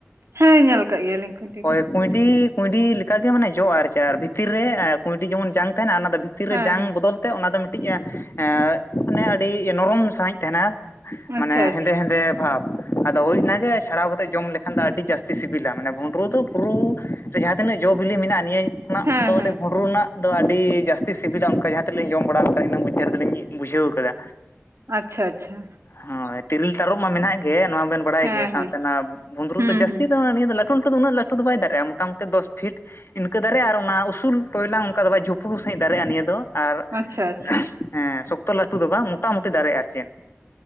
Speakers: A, on the right (about 80°); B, on the left (about 65°).
A: ᱦᱮᱸ ᱧᱮᱞ ᱠᱟᱜ ᱜᱮᱭᱟᱞᱤᱧ ᱠᱩᱸᱭᱰᱤ
B: ᱦᱳᱭ
A: ᱠᱚ᱾
B: ᱠᱩᱸᱭᱰᱤ ᱠᱩᱸᱭᱰᱤ ᱞᱮᱠᱟ ᱜᱮ ᱢᱟᱱᱮ ᱡᱚᱜᱼᱟ ᱟᱨ ᱪᱮᱫ ᱟᱨ ᱵᱷᱤᱛᱤᱨ ᱨᱮ ᱮ ᱠᱩᱸᱭᱰᱤ ᱡᱮᱢᱚᱱ ᱡᱟᱝ ᱛᱟᱦᱮᱱᱟ ᱚᱱᱟ ᱫᱚ ᱵᱷᱤ ᱛᱤᱨ
A: ᱦᱮᱸ
B: ᱨᱮ ᱡᱟᱝ
A: ᱦᱮᱸ
B: ᱵᱚᱫᱚᱞ ᱛᱮ ᱚᱱᱟ ᱫᱚ ᱢᱤᱫᱴᱤᱡ ᱮᱸ ᱢᱟᱱᱮ ᱟᱹᱰᱤ ᱱᱚᱨᱚᱢ ᱥᱟᱹᱦᱤᱡ ᱛᱟᱦᱮᱱᱟ᱾
A: ᱟᱪᱪᱷᱟ
B: ᱢᱟᱱᱮ
A: ᱟᱪᱪᱷᱟ
B: ᱦᱮᱸᱫᱮ ᱦᱮᱸᱫᱮ ᱵᱷᱟᱵ᱾ ᱟᱫᱚ ᱦᱳᱭ ᱚᱱᱟ ᱜᱮ ᱪᱷᱟᱲᱟᱣ ᱠᱟᱛᱮᱜ ᱡᱚᱢ ᱞᱮᱠᱷᱟᱱ ᱫᱚ ᱟᱹᱰᱤ ᱡᱟᱹᱥᱛᱤ ᱥᱤᱵᱤᱞᱟ ᱢᱟᱱᱮ ᱵᱩᱸᱰᱨᱩ ᱫᱚ ᱯᱩᱨᱩ ᱨᱮ ᱡᱟᱦᱟᱸ ᱛᱤᱱᱟᱹᱜ ᱡᱚ ᱵᱤᱞᱤ ᱢᱮᱱᱟᱜᱼᱟ ᱱᱤᱭᱟᱹ ᱠᱷᱚᱱᱟᱜ
A: ᱦᱮᱸ
B: ᱫᱚ ᱫᱚ
A: ᱦᱮᱸ
B: ᱟᱹᱰᱤ ᱵᱷᱩᱱᱰᱨᱩ ᱨᱮᱱᱟᱜ ᱫᱚ ᱟᱹᱰᱤ ᱡᱟᱹᱥᱛᱤ ᱥᱤᱵᱤᱞᱟ ᱚᱱᱠᱟ ᱡᱟᱦᱟᱸ ᱛᱤ ᱨᱮᱞᱤᱧ ᱡᱚᱢ ᱵᱟᱲᱟᱣ ᱠᱟᱫ ᱤᱱᱟᱹ ᱢᱚᱫᱫᱷᱮ ᱨᱮᱫᱚ ᱞᱤᱧ ᱵᱩᱡᱷᱟᱹᱣ ᱠᱟᱫᱟ᱾
A: ᱟᱪᱪᱷᱟ ᱟᱪᱪᱷᱟ᱾
B: ᱦᱚᱸᱭ ᱛᱤᱨᱞ ᱛᱟᱨᱩᱵ ᱢᱟ ᱢᱮᱱᱟᱜ ᱜᱮ ᱱᱚᱣᱟ ᱵᱮᱱ ᱵᱟᱲᱟᱭ
A: ᱦᱮᱸ
B: ᱜᱮᱭᱟ ᱥᱟᱶᱛᱮ
A: ᱦᱮᱸ
B: ᱱᱚᱣᱟ ᱵᱩᱸᱫᱽᱨᱩ
A: ᱦᱩᱸ
B: ᱫᱚ ᱡᱟᱹᱥᱛᱤ
A: ᱦᱩᱸ
B: ᱫᱚ ᱱᱤᱭᱟᱹ ᱫᱚ ᱞᱟ ᱴᱩ ᱞᱟᱹᱴᱩ ᱫᱚ ᱩᱱᱟᱹᱜ ᱞᱟᱹᱴᱩ ᱫᱚ ᱵᱟᱭ ᱫᱟᱨᱮᱜ-ᱟ ᱢᱚᱴᱟᱢᱩᱴᱤ ᱫᱚᱥ ᱯᱷᱤᱴ᱾ ᱤᱱᱠᱟᱹ ᱫᱟᱨᱮᱜᱼᱟ ᱟᱨ ᱚᱱᱟ ᱩᱥᱩᱞ ᱴᱚᱭᱞᱟᱝ ᱚᱱᱠᱟ ᱫᱚ ᱵᱟᱭ ᱡᱩᱯᱲᱩ ᱥᱟᱺᱦᱤᱡ ᱫᱟᱨᱮᱜᱼᱟ ᱱᱤᱭᱟᱹ ᱫᱚ᱾ ᱟᱨ,
A: ᱟᱪᱪᱷᱟ ᱟᱪᱪᱷᱟ
B: ᱦᱮᱸ ᱥᱚᱠᱛᱚ ᱞᱟᱹᱴᱩ ᱫᱚ ᱵᱟᱝ ᱢᱚᱴᱟᱢᱩᱴᱤ ᱫᱟᱨᱮᱜ-ᱟ ᱟᱨ ᱪᱮᱫ᱾